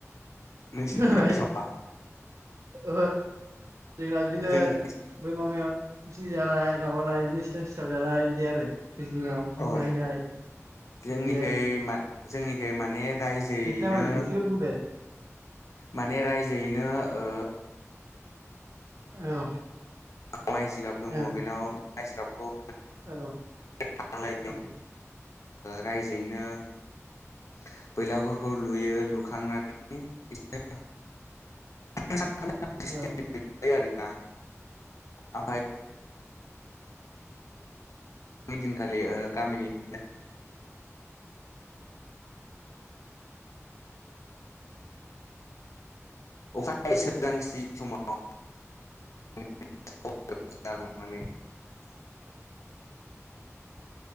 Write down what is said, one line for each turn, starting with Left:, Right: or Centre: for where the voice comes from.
Left: नोंसिनिथिं
Right: खोनाबाय
Left: सावया?
Right: ओहो जोंना बिदिनो
Left: जोंनिखै
Right: बै माबा जानाय माबानाय बिदिनो सिथाव सिथाब जानाय बिदि आरो दै जिङाव पिकनिक
Left: अ
Right: जाहैनाय
Left: जोंनिखै
Right: बिदि आरो
Left: मा जोंनिखै माने रायजोयैनो
Right: नोंसिना मालाय नोंसिनिखौ बुंदो
Left: माने रायजोयैनो ओ
Right: औ औ
Left: माइ जिगाब दङ
Right: औ
Left: बेनाव माइ जिगाबखौ
Right: औ
Left: लायखांनायनि
Right: औ
Left: रायजोयैनो बैलागुरखौ लुयो लुखांनानै <inaudible> आरो
Right: औ
Left: ना <inaudible> दिनखालि गामिनि <inaudible> अखा नायै सोरांसि समाव <inaudible> <inaudible>